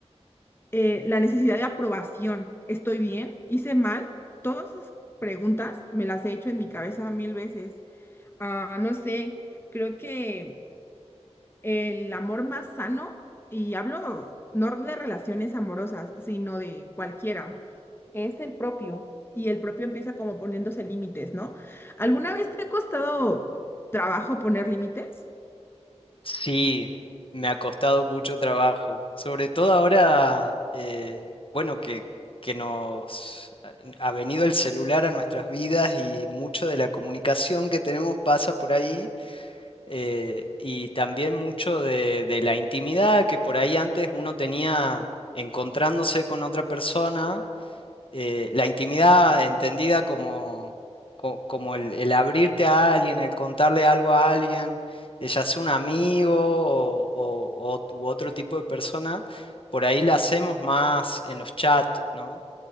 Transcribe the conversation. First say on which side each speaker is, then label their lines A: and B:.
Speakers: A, on the left (about 20°); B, on the left (about 50°).
A: eh, la necesidad de aprobación. ¿Estoy bien? ¿Hice mal? Todas esas preguntas me las he hecho en mi cabeza mil veces. Ah, no sé, creo que el amor más sano, y hablo no de relaciones amorosas, sino de cualquiera, es el propio. Y el propio empieza como poniéndose límites, ¿no? ¿Alguna vez te ha costado trabajo poner límites?
B: Sí, me ha costado mucho trabajo. Sobre todo ahora, eh, bueno, que, que nos eh, ha venido el celular a nuestras vidas y mucho de la comunicación que tenemos pasa por ahí. eh, y también mucho de, de la intimidad que por ahí antes uno tenía encontrándose con otra persona eh, la intimidad entendida como, co- como el, el abrirte a alguien, el contarle algo a alguien, eh, ya sea un amigo o, o- o- u otro tipo de persona, por ahí la hacemos más en los chats, ¿no?